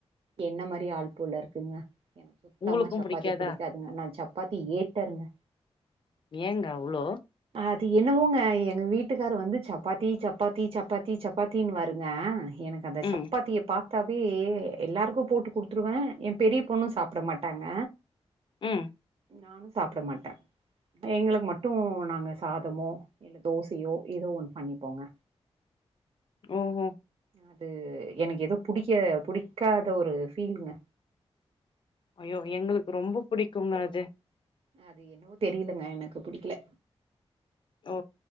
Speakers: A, on the right; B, on the left.
A: என்ன மாரி ஆள் போல இருக்குங்க எனக்கு சுத்தமா
B: உங்களுக்கு
A: சப்பாத்தி
B: புடிக்காதா
A: புடிக்காதுங்க நான் சப்பாத்தி ஏட்டருங்க
B: ஏங்க அவ்ளோ
A: அது என்னவோங்க எங்க வீட்டுக்கார வந்து சப்பாத்தி சப்பாத்தி சப்பாத்தி சப்பாத்தினு வாருங்க எனக்கு அந்த
B: ம்
A: சப்பாத்தியப் பா தாவே எல்லாருக்கும் போட்டு குடுத்துருவ என் பெரிய பொண்ணு சாப்ட மாட்டாங்க
B: உம்
A: நானு சாப்ட மாட்ட எங்களுக்கு மட்டும் நா ங்க சாதமோ இல்ல தோசயோ ஏதோ ஒண் பண்ணிப்போங்க
B: ம்ஹ்ம்
A: அது எனக் ஏதோ புடிக்க புடிக்காத ஒரு பீல்ங்க
B: ஐயோ எங்களுக்கு ரொம்ப புடிக்குங்க அது
A: அது என்னவோ தெரியலங்க எனக்குப் புடிக்கல
B: ஓ